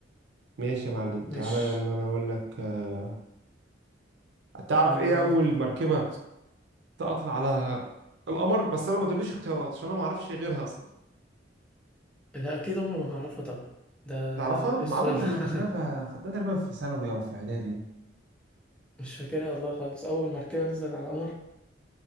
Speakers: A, on the right (about 65°); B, in the centre.
A: ماشي يا معلم تعالى
B: مش
A: لما انا اقول لك آه، تعرف
B: يلا
A: ايه اول
B: بينا
A: مركبة سقطت على القمر بس انا ما تقوليش اختيارات عشان انا ما اعرفش غيرها اصلا
B: لا اكيد عمري ما هعرفها طبعا ده
A: تعرفها
B: ده ايه
A: معروفة
B: السؤال ده
A: كنا خدناها
B: <laughs>
A: في خدناها تقريبا في ثانوي او في اعدادي
B: مش فاكرها والله خالص اول مركبة نزلت على القمر